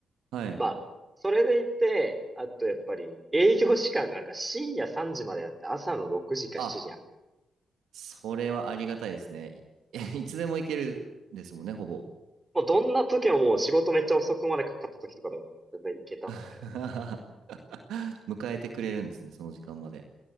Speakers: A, on the right; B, on the right.
A: はい。
B: まあ、それでいて、あとやっぱり営業時間がなんか深夜3時までやって朝の6時か7時に開く。
A: あ、それはありがたいですね。い、<laughs> いつでも行けるですもんね、ほぼ。
B: もうどんな時ももう仕事めっちゃ遅くまでかかった時とかでも全然行けたので。
A: <laughs> 迎えてくれるんですね、その時間まで。